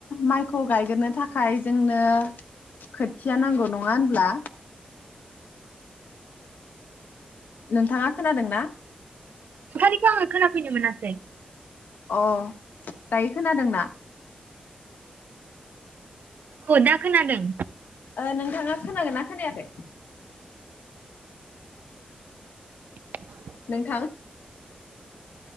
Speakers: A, on the left; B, on the right.
A: माइखौ गायगोरनो थाखाय खाय जोंनो खोथिया नांगौ नङा होनब्ला? नोंथाङा खोनादों ना?
B: नोंथांनिखौ आङो खोनाफैनो मोनासै।
A: अ दायो खोनादोंना?
B: औ दा खोनादों।
A: ओ नोंथाङा खोनागोन ना खोनायाखै?
B: <inaudible>
A: नोंथां